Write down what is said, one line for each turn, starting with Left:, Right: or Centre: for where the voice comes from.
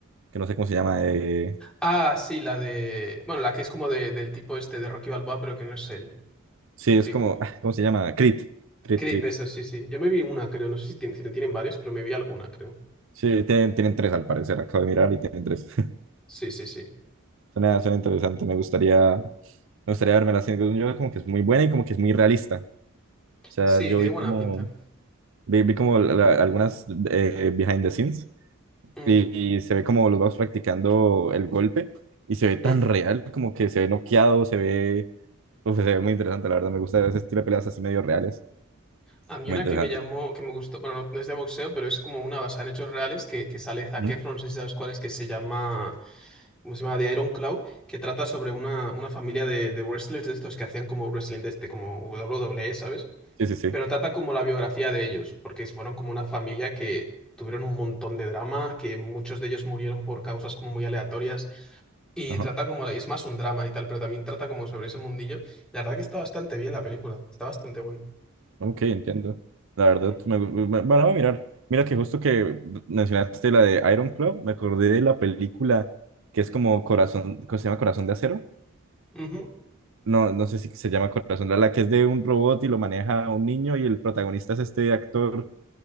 Right: que no sé cómo se llama, eh,
Centre: Ah, sí, la de... Bueno, la que es como de- del tipo este de Rocky Balboa, pero que no es él.
Right: sí, es
Centre: Sí,
Right: como,
Centre: como...
Right: <laughs> ah, ¿cómo se llama? Creed. Creed,
Centre: Creep,
Right: Creed.
Centre: eso, sí, sí. Yo me vi una, creo. No sé si tien- si no tienen varios, pero me vi alguna, creo.
Right: Sí, tienen, tienen tres al parecer, acabo de mirar y tienen tres. <laughs>
Centre: Sí, sí, sí.
Right: Suena, suena interesante, me gustaría, me gustaría verme la serie. Yo como que es muy buena y como que es muy realista. O sea,
Centre: Sí,
Right: yo
Centre: tiene
Right: vi
Centre: buena
Right: como,
Centre: pinta.
Right: vi, vi como la- la- algunas eh, behind the scenes
Centre: Ujú,
Right: y, y se ve como los vamos practicando el golpe y se ve tan
Centre: mm.
Right: real, como que se ve noqueado, se ve, uf, se ve muy interesante, la verdad, me gusta ese estilo de peleas así medio reales,
Centre: A mí
Right: muy
Centre: una
Right: interesante.
Centre: que me llamó, que me gustó, bueno, no no es de boxeo, pero es como una basada en hechos reales que, que sale Zac
Right: Ujú.
Centre: Efron, no sé si sabes cuál es, que se llama... ¿cómo se llama? De Iron Cloud, que trata sobre una, una familia de, de wrestlers de estos que hacían como wrestling de este, como W W WWE, ¿sabes?
Right: Sí, sí, sí.
Centre: Pero trata como la biografía de ellos, porque fueron como una familia que tuvieron un montón de drama, que muchos de ellos murieron por causas como muy aleatorias, y
Right: Ajá.
Centre: trata como, es más un drama y tal, pero también trata como sobre ese mundillo. La verdad que está bastante bien la película, está bastante bueno.
Right: Ok, entiendo. La verdad,
Centre: <clears throat>
Right: me, me- bueno, voy a mirar. Mira que justo que mencionaste la de Iron Claw, me acordé de la película que es como Corazón, ¿cómo se llama Corazón de Acero?
Centre: Ujú.
Right: No, no sé si se llama Corazón, la, la que es de un robot y lo maneja un niño y el protagonista es este actor,